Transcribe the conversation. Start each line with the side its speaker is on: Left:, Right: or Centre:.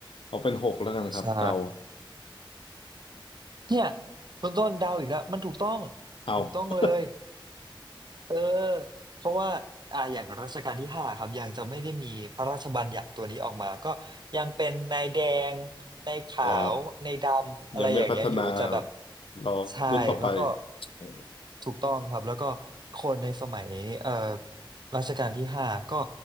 Left: เอาเป็นหกแล้วกันครับเตา
Right: ใช่ เนี่ยคุณต้นเดาวอีกแล้วมันถูกต้อง
Left: เอา
Right: ถูกต้องเลยเออเพราะว่าอ่าอย่างรัชกาลที่ห้าครับยังจะไม่ได้มีพระราชบัญญัติตัวนี้ออกมาก็ยังเป็นนายแดงนายขาวนายดำอะไรอย่างเงี้ยอยู่จะแบบ
Left: อ๋อยังไม่พัฒนาแบบรอรุ่นต่อไป
Right: ใช่แล้วก็
Left: โอ้
Right: ถูกต้องครับแล้วก็คนในสมัยเอ่อรัชกาลที่ห้าก็